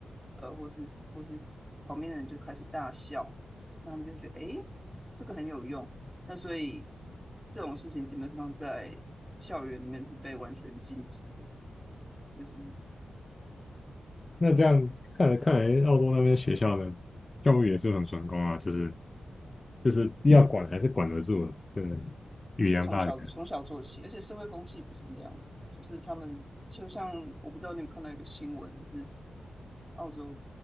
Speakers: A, in the centre; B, on the left (about 25°).
A: 呃，或是或是旁边的人就开始大笑，那他们就觉得诶，这个很有用。那所以这种事情基本上在校园里面是被完全禁止的，就是
B: 那这样看来看来，澳洲那边学校的教育也是很成功啊，就是就是要管还是管得住的，这个语言霸凌，
A: 就从小从小做起，而且社会风气不是这样子的，就是他们就像我不知道你有没有看到一个新闻，就是澳洲